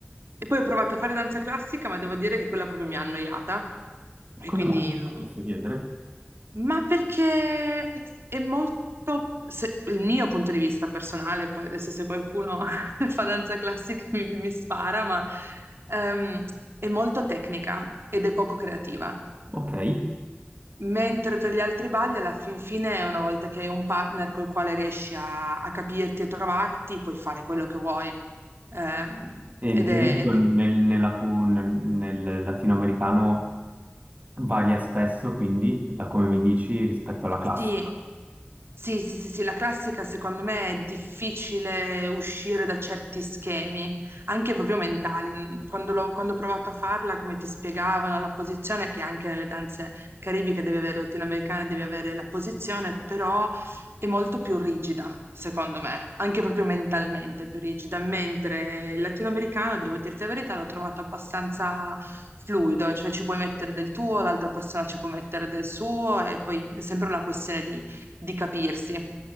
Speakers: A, on the right; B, on the right.
A: E, poi ho provato a fare danza classica, ma devo dire che quella proprio mi ha annoiata
B: <laughs>
A: e
B: Come
A: quindi
B: mai?
A: lo-
B: Posso chiedere?
A: ma perché è molto, se- il mio punto di vista personale, poi adesso se qualcuno <laughs> fa danza classica mi, mi spara, ma ehm, è molto tecnica ed è poco creativa.
B: Ok.
A: Mentre per gli altri balli, alla fin fine, una volta che hai un partner col quale riesci a, a capirti e trovarti, puoi fare quello che vuoi. Ehm,
B: E ad
A: ed
B: esempio
A: è, ed-
B: nel, nella tu- nel, nel latinoamericano varia spesso, quindi, da come mi dici, rispetto alla classica.
A: sì, Sì, sì, sì, sì, la classica secondo me è difficile uscire da certi schemi, anche proprio mentali. Quando, l'ho- quando ho provato a farla, come ti spiegavano, la posizione, che anche nelle danze caribiche deve avere, latinoamericane deve avere la posizione, però è molto più rigida, secondo me, anche proprio mentalmente più rigida, mentre il latinoamericano, devo dirti la verità, l'ho trovato abbastanza fluido, cioè ci puoi mettere del tuo, l'altra persona ci può mettere del suo e poi è sempre una questione di di capirsi.